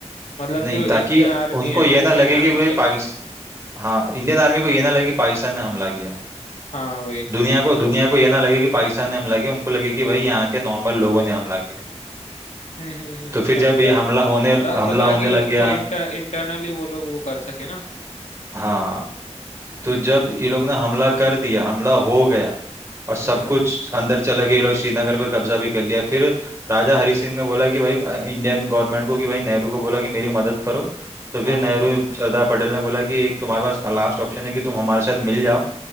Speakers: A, on the left; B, on the right.
A: मतलब
B: नहीं
A: जो इंडियन
B: ताकि
A: आर्मी
B: उनको
A: है
B: ये
A: वो
B: ना लगे
A: पहचान
B: कि
A: ना
B: भाई
A: सके
B: पाकिस्तान हाँ इंडियन आर्मी को ये ना लगे कि पाकिस्तान ने हमला किया
A: हाँ वही
B: दुनिया को दुनिया को ये ना लगे कि पाकिस्तान ने हमला किया उनको लगे कि भाई यहाँ के नॉर्मल लोगों ने हमला किया
A: हम्म हम्म हम्म
B: तो फिर
A: समझा
B: जब ये हमला होने
A: ता, तो
B: हमला
A: ताकि
B: होने लग
A: उनको
B: गया
A: इंटर इंटरनली वो लोग वो कर सके ना
B: हाँ तो
A: हम्म
B: जब ये लोग ने हमला कर दिया हमला हो गया और सब
A: हम्म हम्म
B: कुछ अंदर चले गए ये लोग श्रीनगर पे कब्जा भी कर लिया फिर राजा हरि सिंह ने बोला कि भाई अ, इंडियन गवर्नमेंट को कि भाई नेहरू को बोला कि मेरी मदद करो तो फिर
A: हाँ
B: नेहरू सरदार पटेल ने बोला कि एक तुम्हारे पास लास्ट ऑप्शन है कि तुम हमारे साथ मिल जाओ